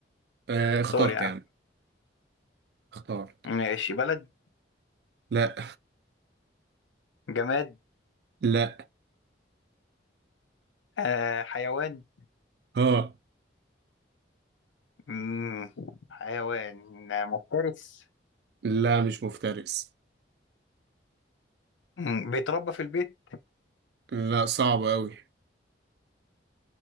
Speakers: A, on the right; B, on the left.
A: آه اخترت
B: طار يا عم
A: يا عم اخترت
B: ماشي بلد
A: لا
B: جماد
A: لا
B: آه حيوان
A: اه
B: مم. حيوان آه، مفترس
A: لا مش مفترس
B: مم. بيتربى في البيت
A: لا صعب قوي